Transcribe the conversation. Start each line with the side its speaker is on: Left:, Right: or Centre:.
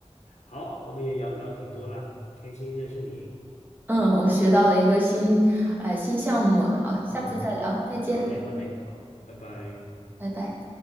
Left: 好，我们也聊聊挺多啦，开心认识你。
Right: 嗯，我学到了一个新，呃，新项目。好，下次再聊，
Left: <laughs>
Right: 再见，
Left: 好嘞，好嘞，好，拜拜。
Right: 拜拜。